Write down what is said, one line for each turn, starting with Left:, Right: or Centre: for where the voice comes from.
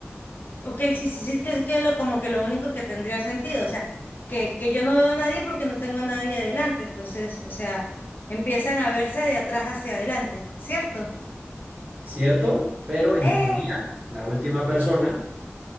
Left: Ok, sí, sí, sí, que es que lo, como que lo único que tendría sentido, o sea, que, que yo no veo a nadie porque no tengo a nadie adelante, entonces, o sea, empiezan a verse de atrás hacia adelante, ¿cierto?
Right: Cierto, pero en
Left: ¡Eh!
Right: teoría, la última persona